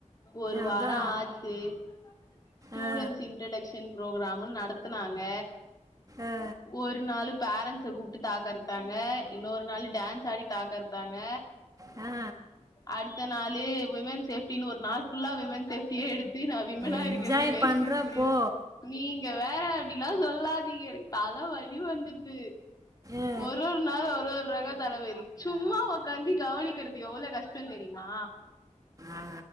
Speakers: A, on the left; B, on the right.
A: ஒரு
B: அதா
A: வாரோ ஆச்சு ஸ்டூடண்ட்
B: அ
A: இன்ட்டக்ஷ ன் புரோக்ராம்னு நடத்துனாங்க
B: அ
A: ஒர் நாளுப் பேரண்ட்ஸ கூப்ட்டு தாக்கறுத்தாங்க இன்னொரு நாளு டான்ஸ் ஆடி தாக்கறுதாங்க
B: ஆ
A: அடுத்த நாளு வுமன் ஸேஃப்ட்டினு ஒரு நாள் ஃபுல்லா விமன் ஸேஃப்ட்டியே எடு டீ நா விமனா
B: என்ஜாய்
A: இருக்கறதே வேஷ்ட்டுன்
B: பண்ற
A: புரிய
B: போ
A: வெ நீங்க வேற அப்டில்லா சொல்லாதீங்க எனக்கு தலவலி வந்துட்து
B: அ
A: ஒரொர் நாளு ஒர்ரொரு ரக தலவெலி சும்மா ஒக்காந்தி கவனிக்கிறது எவ்ளா கஷ்டந்தெரிமா
B: ஆ